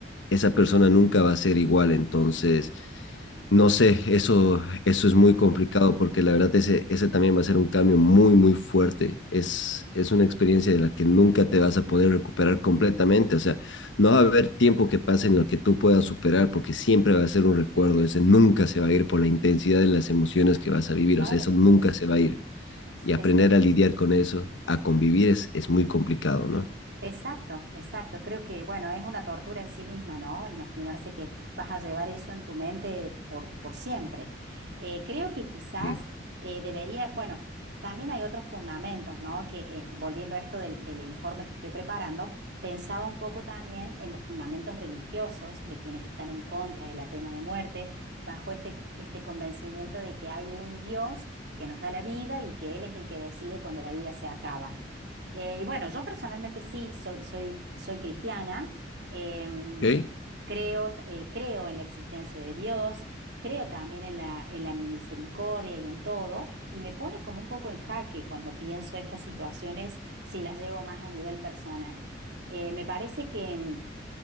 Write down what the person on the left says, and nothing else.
esa persona nunca va a ser igual. Entonces, no sé, eso, eso es muy complicado porque la verdad ese, ese también va a ser un cambio muy, muy fuerte. Es, es una experiencia de la que nunca te vas a poder recuperar completamente. O sea, no va a haber tiempo que pase en el que tú puedas superar porque siempre va a ser un recuerdo. Ese nunca se va a ir por la intensidad de las emociones que vas a vivir.
O sea, eso
nunca
se va a ir.
Y
aprender
a lidiar con eso, a convivir es, es muy complicado, ¿no?
Sí.
Ok,